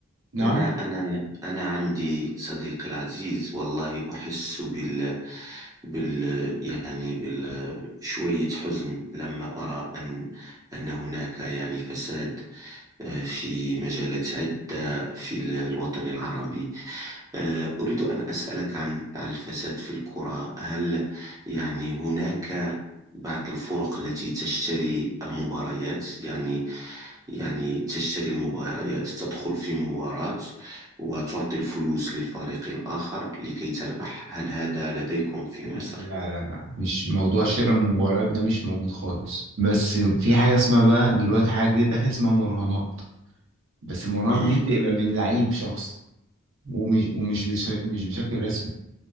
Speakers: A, on the right (about 65°); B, on the right (about 15°).
A: نعم
B: أنا أنا أنا عندي صديقي العزيز والله أحس بال بال يعني بال شوية حزن لما أرى أن أن هناك يعني فساد آه، في مجالات عدة في ال- الوطن العربي آه، أريد أن أسألك عن الفساد في الكرة هل يعني هناك بعض الفرق التي تشتري المباريات يعني يعني تشتري المباريات تدخل في مباراة وتعطي الفلوس للفريق الآخر لكي تربح هل هذا لديكم في
A: لا
B: مصر؟
A: لا لا مش موضوع شراء المباريات ده مش موجود خالص بس في حاجه اسمها بقى دلوقتي حاجه جديده داخل اسمها مراهنات بس المراهنات
B: آه،
A: دي بتبقى من لعيب شخص ومش ومش بش- مش بشكل رسمي